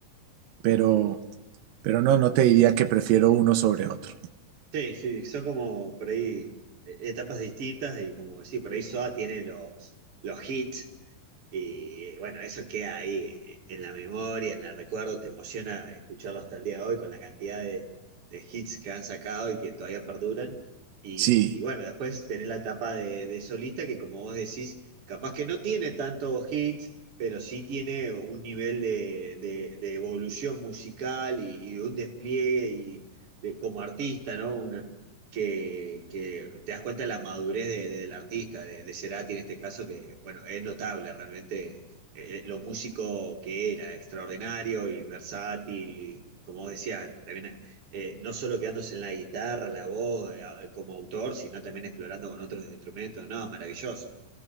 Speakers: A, on the right; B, on the right.
A: pero, pero no, no te diría que prefiero uno sobre otro.
B: Sí, sí, son como por ahí eh, etapas distintas y como decir, por ahí SOA tiene los, los hits y bueno, eso queda ahí en la memoria, en el recuerdo, te emociona escucharlo hasta el día de hoy con la cantidad de, de hits que han sacado y que todavía perduran. Y
A: Sí,
B: bueno, después tenés la etapa de, de solista que como vos decís, capaz que no tiene tantos hits, pero sí tiene un nivel de, de- de evolución musical y, y un despliegue de- como artista, ¿no? Una, que, que te das cuenta de la madurez de- de- del artista, de, de Cerati en este caso, que, bueno, es notable realmente eh, lo músico que era, extraordinario y versátil, como vos decías, también eh, no solo quedándose en la guitarra, la voz, eh, como autor, sino también explorando con otros instrumentos, no, maravilloso.